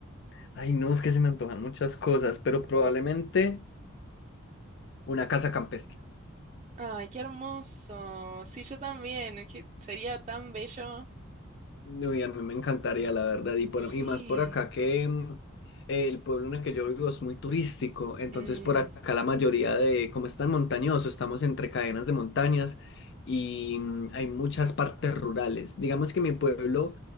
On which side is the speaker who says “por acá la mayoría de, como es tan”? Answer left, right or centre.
Left